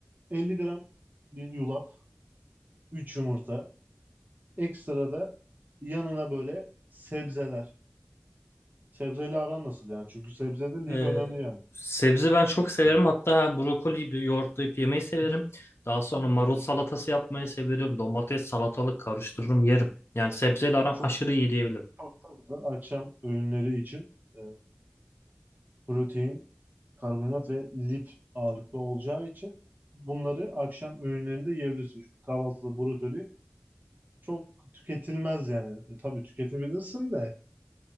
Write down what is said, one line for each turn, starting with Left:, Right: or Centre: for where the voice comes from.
Right: 50 gram bir yulaf, 3 yumurta, ekstra da yanına böyle sebzeler. Sebzeyle aran nasıl yani? Çünkü sebzede lif
Left: Ee,
Right: önemli yani.
Left: sebze ben çok severim. Hatta brokoliyi bir yoğurtlayıp yemeyi severim. Daha sonra marul salatası yapmayı severim. Domates, salatalık karıştırırım, yerim. Yani sebzeyle
Right: Yani
Left: aram
Right: çok
Left: aşırı iyi diyebilirim.
Right: çok da güzel akşam öğünleri için e, protein, karbonhidrat ve lif ağırlıklı olacağı için bunları akşam öğünlerinde yiyebilirsin. Çünkü kahvaltıda brokoli çok tüketilmez yani. E, tabii tüketebilirsin de